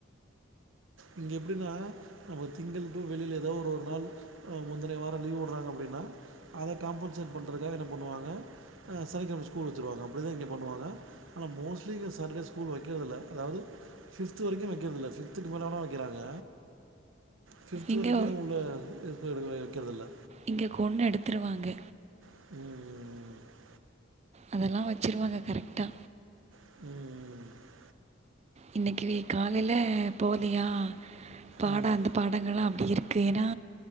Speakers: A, on the right; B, on the right.
A: இங்க எப்டின்னா நம்ம திங்கள் டூ வெள்ளில எதோ ஒரு ஒரு நாள் ஆ முந்தனைய வாரோ லீவ் உட்றாங்கா அப்டின்னா அத காம்பன்சேட் பண்றதுக்காக என்ன பண்ணுவாங்க ஆ சனிக்கெழம ஸ்கூல் வச்சிருவாங்க அப்படிதா இங்க பண்ணுவாங்க அனா மோஸ்ட்லி இங்க சாட்டர்டே ஸ்கூல் வக்கறதுல்ல அதாவது பிப்த்து வரைக்கு வெக்கறதுல்ல பிப்த்துக்கு மேலனா வெக்கறாங்க பிப்த்
B: இங்கே
A: வரைக்கு உள்ள <unintelligible> வெக்கறதுல்ல
B: இங்க கொன்னு எடுத்துருவாங்க
A: ம் ம் ம்
B: அதல்லா வச்சுருவாங்க கரக்ட்டா
A: ம் ம் ம்
B: இன்னிக்கி நீ காலைல போலியா பாட
A: ம்,
B: அந்த பாடங்கல்லா ஆப்டி இருக்கு ஏன்னா